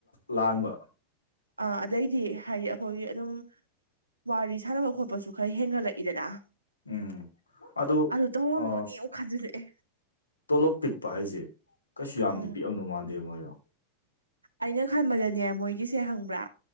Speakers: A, on the left (about 80°); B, on the right (about 80°).
A: ꯂꯑꯥꯟꯕ
B: ꯑ ꯑꯥꯏ ꯗꯤ ꯍꯥꯏꯗꯤ ꯑꯩꯈꯣꯏꯒꯤ ꯑꯗꯨꯝ ꯋꯥꯔꯤ ꯁꯥꯟꯅꯕ ꯈꯣꯠꯄꯁꯨ ꯈꯔ ꯍꯦꯟꯒꯠꯂꯛꯏꯗꯅ
A: ꯎꯝ ꯑꯗꯨꯗ
B: ꯑꯗꯨ ꯇꯧꯔꯝꯗꯣꯅꯤ
A: ꯑ
B: ꯑꯃꯨꯛ ꯈꯟꯖꯤꯜꯂꯛꯑꯦ
A: ꯇꯣꯂꯣꯞ ꯄꯤꯛꯄ ꯍꯥꯏꯁꯦ ꯀꯩꯁꯨ ꯌꯥꯝꯗꯤ
B: ꯎꯝ
A: ꯄꯤꯛꯑ ꯅꯨꯡ ꯃꯥꯟꯗꯦ ꯃꯣꯏꯔꯣ
B: ꯑꯩꯅ ꯈꯟꯕꯗꯅꯦ ꯃꯣꯏꯒꯤꯁꯦ ꯍꯪꯕ꯭ꯔꯥ